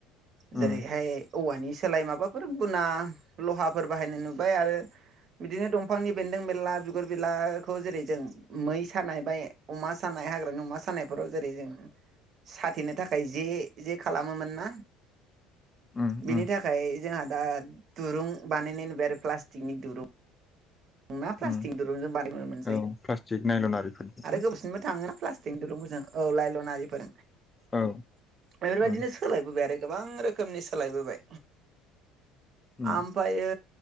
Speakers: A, on the left (about 15°); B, on the right (about 45°).
A: उम
B: जेरैहाय औवानि सोलाय माबाफोर गुना लहाफोर बाहायनाय नुबाय आरो बिदिनो दंफांनि बेन्दों-बेनला, बिगुर -बिलाखौ जेरै जों मै सानाय बा अमा सानाय हाग्रा अमा सानायफोराव जेरै जों साथेनो थाखाय जे जे खालामोमोन ना
A: उम
B: बेनि
A: उम
B: थाखाय जोंहा दा दुरुं बानायनाय नुबाय आरो प्लास्टिकनि दुरुं नोंना प्लास्टिक
A: उम
B: दुरुंजों बानाय <unintelligible> मोनसै
A: औ प्लास्टिक नायलन आरिफोरनि
B: आरो
A: ना
B: गोबावसिनबो थाङो ना प्लास्ट दुरुं <unintelligible> जों औ लाइलन आरिफोर,
A: औ
B: बेफोरबायदिनो
A: उम
B: सोलायबोबाय आरो गोबां रोखोमनि सोलायबोबाय
A: उम
B: आमफायो